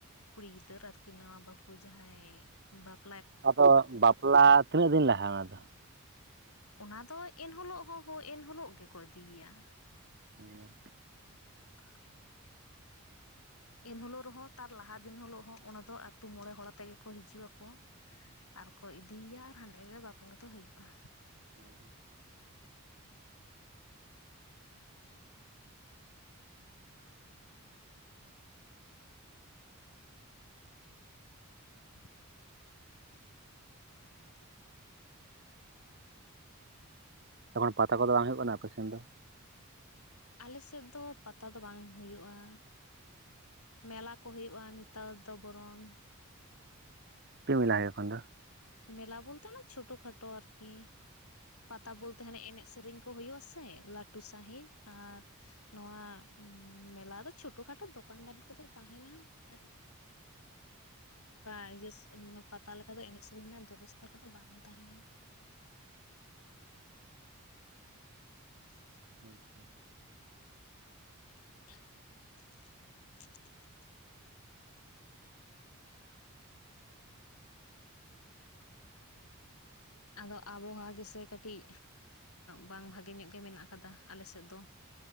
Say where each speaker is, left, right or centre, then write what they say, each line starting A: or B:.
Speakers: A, on the left; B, on the right.
A: ᱠᱩᱲᱤ ᱜᱤᱫᱟᱹᱨ ᱟᱨᱠᱤᱱ ᱱᱟᱣᱟ ᱵᱟ. ᱦᱩ ᱠᱩᱲᱤ ᱡᱟᱦᱟᱸᱭ ᱵᱟᱯ
B: ᱟᱫᱚ ᱵᱟᱯᱞᱟ ᱛᱤᱱᱟ. ᱜ ᱫᱤᱱ ᱞᱟᱦᱟ ᱚᱱᱟ ᱫᱚ?
A: ᱚᱱᱟ ᱫᱚ ᱮᱱᱦᱤᱞᱚᱜ ᱦᱚᱸ ᱦᱚᱸ ᱮᱱᱦᱤᱞᱚᱜ ᱜᱮ ᱠᱚ ᱤᱫᱤ ᱮᱭᱟ᱾
B: <unintelligible>
A: <unintelligible> ᱮᱱ ᱦᱚᱞᱚᱜ ᱨᱮᱦᱚᱸ ᱛᱟᱨ ᱞᱟᱦᱟ ᱫᱤᱱ ᱦᱚᱞᱚᱜ ᱦᱚᱸ ᱚᱱᱟ ᱫᱚ ᱟ. ᱛᱩ ᱢᱚᱬᱮ ᱦᱚᱲ ᱟᱛᱮᱜ ᱜᱮᱠᱚ ᱦᱤᱡᱩᱜ ᱟᱠᱚ᱾ ᱟᱨ ᱠᱚ ᱤᱫᱤᱮᱭᱟ ᱦᱟᱸᱰᱮ ᱜᱮ ᱵᱟᱯᱞᱟ ᱫᱚ ᱦᱩᱭᱩᱜᱼᱟ᱾
B: ᱦᱩᱸ᱾
A: <unintelligible> <unintelligible>
B: ᱮᱠᱷᱟᱱ ᱯᱟᱛᱟ ᱠᱚᱫᱚ ᱵᱟᱝ ᱦᱩᱭᱩᱜ ᱠᱟᱱᱟ ᱟᱯᱮ ᱥᱮᱱ ᱫᱚ?
A: ᱟᱞᱮ ᱥᱮᱫ ᱫᱚ ᱯᱟᱛᱟ ᱫᱚ ᱵᱟᱝ ᱦᱩᱭᱩᱜᱼᱟ᱾ ᱢᱮᱞᱟ ᱠᱚ ᱦᱩᱭᱩᱜᱼᱟ ᱱᱮᱛᱟᱨ ᱫᱚ ᱵᱚᱨᱚᱱ᱾
B: ᱪᱮᱫ ᱢᱮᱞᱟ ᱦᱩᱭᱩᱜ-ᱟ ᱮᱠᱷᱟᱱ ᱫᱚ?
A: ᱢᱮᱞᱟ ᱵᱚᱞᱛᱚ ᱱᱚ ᱪᱷᱳᱴᱳ ᱠᱷᱟᱴᱳ ᱟᱨᱠᱤ᱾ ᱯᱟᱛᱟ ᱵᱚᱞᱛᱮ ᱦᱟᱱᱮ ᱮᱱᱮᱡ ᱥᱮᱨᱮᱧ ᱠᱚ ᱦᱩᱭᱩᱜᱼᱟᱥᱮ ᱞᱟᱹᱴᱩ ᱥᱟᱺᱦᱤᱡ ᱟᱨ ᱱᱚᱣᱟ ᱦᱩᱸᱻ ᱢᱮᱞᱟ ᱫᱚ ᱪᱷᱳᱴᱳ-ᱠᱷᱟᱴᱳ ᱫᱚᱠᱟᱱ ᱫᱟᱱᱤ ᱠᱚᱜᱮ ᱛᱟᱦᱮᱱᱟ ᱟᱨ ᱚᱱᱠᱟ ᱤᱭᱟᱹ ᱢᱮ ᱯᱟᱛᱟ ᱞᱮᱠᱟ ᱫᱚ ᱮᱱᱮᱡ ᱥᱮ ᱨᱮᱱᱟᱜ ᱵᱮᱵᱚᱥᱛᱷᱟ ᱠᱚᱫᱚ ᱵᱟᱝ ᱛᱟᱦᱮᱱᱟ᱾ <unintelligible>
B: ᱟᱪᱪᱷᱟ!
A: <inaudible> ᱟᱫᱚ ᱟᱵᱚᱦᱟᱣᱟ ᱜᱮᱥᱮ ᱠᱟᱹᱴᱤᱡ ᱵᱟᱝ ᱵᱷᱟᱜᱮ ᱧᱚᱜ ᱜᱮ ᱢᱮᱱᱟᱜ ᱟᱠᱟᱫᱟ ᱟᱞᱮ ᱥᱮᱫ ᱫᱚ